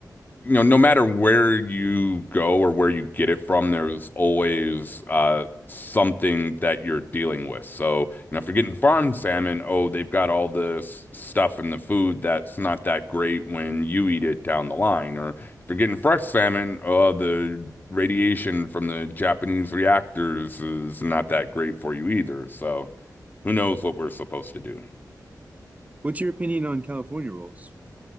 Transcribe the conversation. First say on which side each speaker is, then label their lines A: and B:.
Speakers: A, on the left (about 25°); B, on the right (about 20°).
A: you know, no matter where you go or where you get it from, there's always uh something that you're dealing with. So, you know, if you're getting farmed salmon, oh, they've got all this stuff in the food that's not that great when you eat it down the line. Or if you're getting fresh salmon, oh, the radiation from the Japanese reactors is not that great for you either. So, who knows what we're supposed to do.
B: What's your opinion on California rolls?